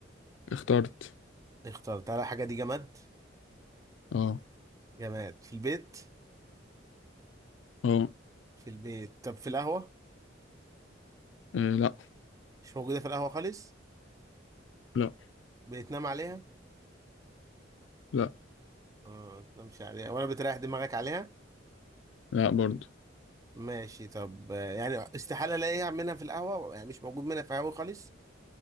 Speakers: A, on the left (about 80°); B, on the right (about 15°).
A: اخترت
B: اختار تعالى الحاجة دي جماد
A: اه
B: جماد في البيت
A: اه
B: في البيت طب في القهوة
A: آه، لا
B: مش موجودة في القهوة خالص
A: لا
B: بتنام عليها
A: لا
B: اه ما بتنامش عليها ولا بتريح دماغك عليها
A: لا برضو
B: ماشي طب آه، يعني استحالة الاقيها منها في القهوة يعني مش موجود منها في القهوة خالص